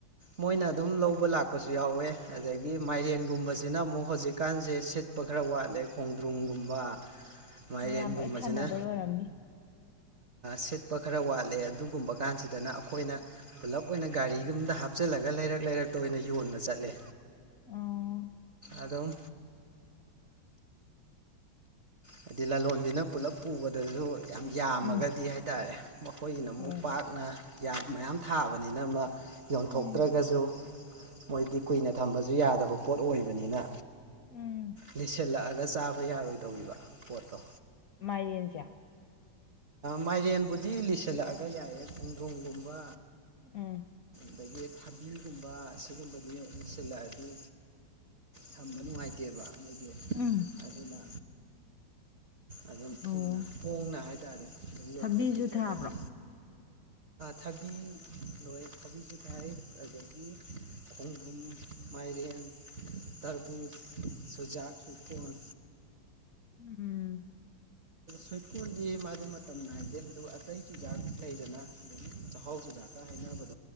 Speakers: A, on the right (about 55°); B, on the left (about 70°).
A: ꯃꯣꯏꯅ ꯑꯗꯨꯝ ꯂꯧꯕ ꯂꯥꯛꯄꯁꯨ ꯌꯥꯎꯋꯦ ꯑꯗꯒꯤ ꯃꯥꯏꯔꯦꯟꯒꯨꯝꯕꯁꯤꯅ ꯑꯃꯨꯛ ꯍꯧꯖꯤꯛꯀꯥꯟꯁꯦ ꯁꯤꯠ ꯠꯄ ꯈꯔ ꯋꯥꯠꯂꯦ ꯈꯣꯡꯗ꯭ꯔꯨꯝꯒꯨꯝꯕ ꯃꯥꯏꯔꯦꯟꯒꯨꯝꯕꯁꯤꯅ
B: ꯃꯌꯥꯝ ꯂꯣꯏ ꯊꯥꯅꯕꯩ ꯑꯣꯏꯔꯝꯅꯤ
A: ꯁꯤꯠꯄ ꯈꯔ ꯋꯥꯠꯂꯦ ꯑꯗꯨꯒꯨꯝꯕ ꯀꯥꯟꯁꯤꯗꯅ ꯑꯩꯈꯣꯏꯅ ꯄꯨꯂꯞ ꯑꯣꯏꯅ ꯒꯥꯔꯤꯒꯨꯝꯗ ꯍꯥꯞ ꯍꯥꯨꯞꯆꯜꯂꯒ ꯂꯩꯔꯛ-ꯂꯩꯔꯛꯇ ꯑꯣꯏꯅ ꯌꯣꯟꯕ ꯆꯠꯂꯦ
B: ꯑꯣ
A: ꯑꯗꯨꯝ ꯍꯥꯏꯗꯤ ꯂꯂꯣꯟꯕꯤꯅ ꯄꯨꯂꯞ ꯄꯨꯕꯗꯁꯨ ꯌꯥꯝ ꯌꯥꯝꯃꯒꯗꯤ
B: ꯎꯝ
A: ꯍꯥꯏꯇꯥꯔꯦ ꯃꯈꯣꯏꯒꯤꯅ ꯃꯨꯛ
B: ꯍꯣꯏ
A: ꯄꯥꯛꯅ
B: ꯍꯣꯏ
A: ꯌꯥꯝ ꯃꯌꯥꯝ ꯊꯥꯕꯅꯤꯅ ꯑꯃ ꯌꯣꯟꯊꯣꯛꯇ꯭ꯔꯒꯁꯨ
B: ꯎꯝ
A: ꯃꯣꯏꯗꯤ ꯀꯨꯏꯅ ꯊꯝꯕꯁꯨ ꯌꯥꯗꯕ ꯄꯣꯠ ꯑꯣꯏꯕꯅꯤꯅ
B: ꯎꯝ
A: ꯂꯤꯁꯤꯜꯂꯛꯑꯒ ꯒ ꯆꯥꯕ ꯌꯥꯔꯣꯏꯗꯧꯔꯤꯕ ꯄꯣꯠꯇꯣ
B: ꯃꯥꯏꯔꯦꯟꯁꯦ
A: ꯃꯥꯏꯔꯦꯟꯕꯨꯗꯤ ꯂꯤꯁꯤꯜꯂꯛꯑꯒ ꯌꯥꯏꯌꯦ ꯈꯣꯡꯗ꯭ꯔꯣꯡꯒꯨꯝꯕ
B: ꯎꯝ
A: ꯑꯗꯒꯤ ꯊꯕꯤꯒꯨꯝꯕ ꯁꯤꯒꯨꯝꯕꯗꯤ ꯂꯣꯏꯁꯤꯜꯂꯛꯑꯗꯤ ꯊꯝꯕ ꯅꯨꯡꯉꯥꯏꯇꯦꯕ ꯃꯣꯏꯗꯤ
B: ꯎꯝ
A: ꯑꯗꯨꯅ ꯑꯗꯨꯝ
B: ꯑꯣ
A: ꯊꯨꯅ ꯍꯣꯡꯅ ꯍꯥꯏ ꯍꯥꯏꯇꯥꯔꯦ ꯑꯗꯨꯝ ꯌꯣꯟꯊꯣꯛꯈꯤꯗ꯭ꯔꯒꯗꯤ
B: ꯊꯕꯤꯁꯨ ꯊꯥꯕ꯭ꯔꯣ
A: ꯊꯕꯤ ꯂꯣꯏ ꯊꯕꯤꯁꯨ ꯊꯥꯏ ꯑꯗꯨꯗꯒꯤ ꯈꯣꯡꯗ꯭ꯔꯨꯝ ꯃꯥꯏꯔꯦꯟ ꯇꯔꯕꯨꯖ ꯆꯨꯖꯥꯛ ꯆꯇꯜ
B: ꯎꯝ
A: ꯁꯣꯏꯀꯨꯟꯗꯤ ꯃ <unintelligible> ꯃꯇꯝ ꯅꯥꯏꯗꯦ ꯑꯗꯨꯒ ꯑꯇꯩ ꯆꯨꯖꯥꯛ ꯂꯩꯗꯅ ꯑꯗꯨꯝ ꯆꯥꯛꯍꯥꯎ ꯆꯨꯖꯥꯛꯇ ꯍꯥꯏꯅꯕꯗ